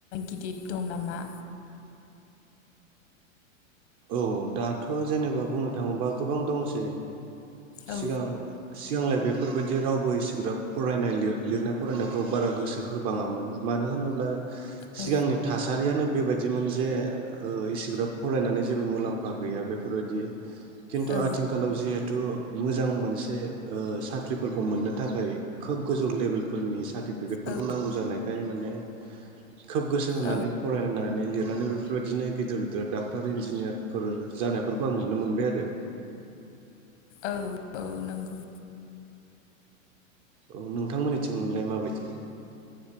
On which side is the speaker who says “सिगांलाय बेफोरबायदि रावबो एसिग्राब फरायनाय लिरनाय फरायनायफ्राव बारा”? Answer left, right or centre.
Right